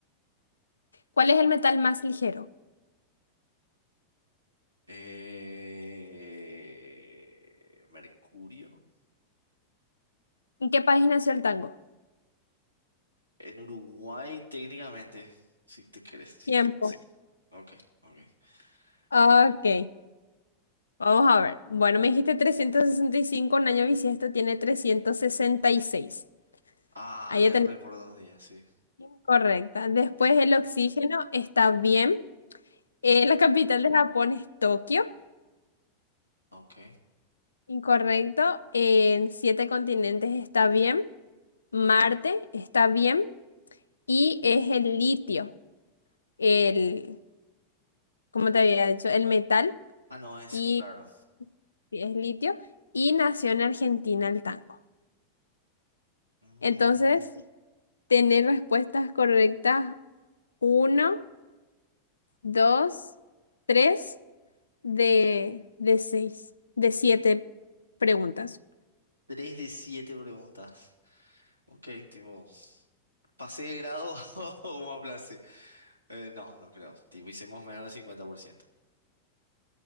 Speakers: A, on the left; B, on the right.
A: ¿Cuál es el metal más ligero?
B: Eh, Mercurio.
A: ¿En qué país nació el tango?
B: En Uruguay, técnicamente. Si te querés, sí,
A: Tiempo.
B: tipo, sí. Ok, ok.
A: Ok.
B: ¿Qué-
A: Vamos a ver. Bueno, me dijiste trescientos sesenta y cinco un año bisiesto tiene trescientos sesenta y seis
B: Ah,
A: Ahí
B: le
A: ya
B: erré
A: tenés
B: por dos días, sí.
A: incorrecta. Después
B: Sí,
A: el oxígeno está bien. Eh,
B: sí.
A: la capital de Japón es Tokio,
B: Ok.
A: incorrecto. En siete continentes está bien. Marte está bien. Y es el litio, el, ¿cómo te había dicho? El metal
B: Ah, no, es
A: y
B: claro.
A: sí, es litio. Y nació en Argentina el tango.
B: Mm,
A: Entonces, tener respuestas correctas. Uno, dos, tres de, de seis, de siete preguntas.
B: Tres de siete preguntas. Ok, tipo, ¿pasé de grado <laughs> o me aplacé? Eh, no, no creo. Tipo, hicimos menos del cincuenta por ciento